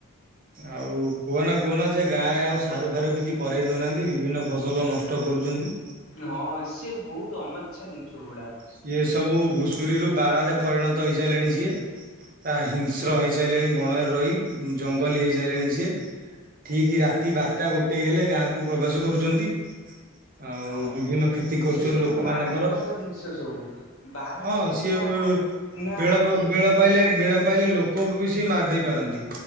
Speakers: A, on the right; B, on the left.
A: ଆଉ କୁହନା କୁହନା ସେ ଗାଁରେ ଆଉ ସାରୁ ଫାରୁ କିଛି କରରେ ଦଉନାହାନ୍ତି। ବିଭିନ୍ନ ଫସଲ ନଷ୍ଟ କରୁଛନ୍ତି।
B: ହଁ ସେ ବହୁତ ଅମାଛା ଜିନିଷ ଗୁଡା।
A: ସିଏ ସବୁ ଘୁଷୁରୀରୁୁ ବାରାହ୍ ରେ ପରିଣତ ହେଇସାରିଲଣି ସିଏ। ହିଂସ୍ର ହେଇସାଇଲେଣି ବଣରେ ରହି ଜଙ୍ଗଲ ହେଇସାଇଲେଣି ସିଏ। ଠିକ ରାତି ବାରଟା ଗୋଟେ ହେଲେ ଗାଁକୁ ପ୍ରବେଶ କରୁଛନ୍ତି। ଆଉ
B: ହଁ।
A: ବିଭିନ୍ନ କ୍ଷତି କରୁଛନ୍ତି
B: ସେ ସବୁ
A: ଲୋକମାନଙ୍କର।
B: ମାରାତ୍ମକ ଜିନିଷ ସବୁ ବାରହା
A: ହଁ
B: ସବୁ
A: ସିଏ
B: କଣ ନା
A: ବେଳ
B: ଏ
A: ବେଳ ପାଇଲେ ବେଳ ପାଇଲେ ଲୋକଙ୍କୁ ବି ସିଏ ମାରି ଦେଇ ପାରନ୍ତି।